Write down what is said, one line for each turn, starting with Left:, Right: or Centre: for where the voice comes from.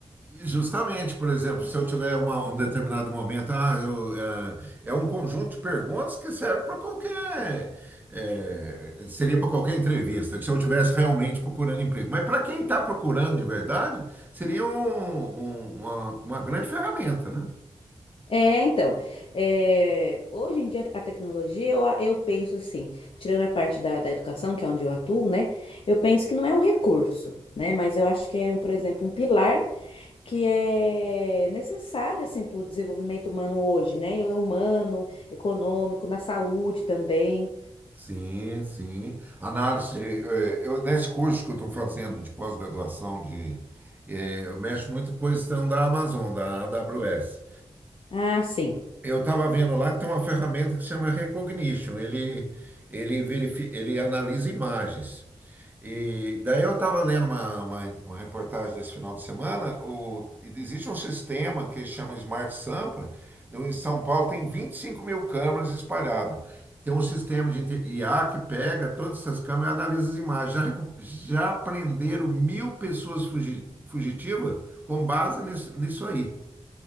Right: Justamente, por exemplo, se eu tiver uma- um determinado momento, ah, eu, ah, é um conjunto de perguntas que serve para qualquer, eh, seria para qualquer entrevista, que se eu estivesse realmente procurando emprego. Mas para quem está procurando de verdade, seria um- um- uma, uma grande ferramenta, né?
Left: É, então, é, hoje em dia a tecnologia, eu, a- eu penso assim, tirando a parte da, da educação, que é onde eu atuo, né? Eu penso que não é um recurso, né? Mas eu acho que é, um, por exemplo, um pilar que é necessário, assim, para o desenvolvimento humano hoje, né? é Humano, econômico, na saúde também.
Right: Sim, sim. Análise de, eh, eu, nesse curso que eu estou fazendo de pós-graduação de, eh, eu mexo muito com a questão da Amazon, da AWS.
Left: Ah, sim.
Right: Eu estava vendo lá que tem uma ferramenta que chama Recognition. Ele, ele, verifi, ele analisa imagens. E daí eu estava lendo uma, uma, uma reportagem desse final de semana. O, existe um sistema que chama Smart Sampa. no- Em São Paulo tem 25 mil câmeras espalhadas. Tem um sistema de inte- IA que pega todas essas câmeras e analisa as imagens. Já, recu- já prenderam mil pessoas fugi- fugitivas com base nisso, nisso aí.